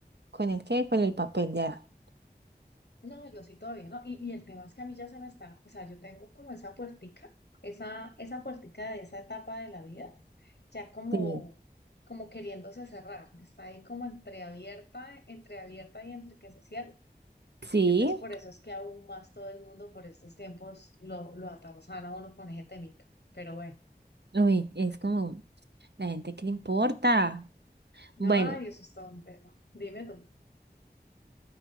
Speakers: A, on the right; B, on the left.
A: ¿con el qué? Con el papel, ya.
B: No, yo sí todavía no. Y, y el tema es que a mí ya se me está, o sea, yo tengo como esa puertica, esa, esa puertica de esa etapa de la vida, ya como,
A: Sí.
B: como queriéndose cerrar. Está ahí como entreabierta, entreabierta y entre que se cierra.
A: Sí.
B: Entonces, por eso es que aún más todo el mundo por estos tiempos lo, lo atarzana a uno con ese temita. Pero bueno,
A: Uy, es como la gente que le importa.
B: no,
A: Bueno,
B: y eso es todo un tema. Dime tú.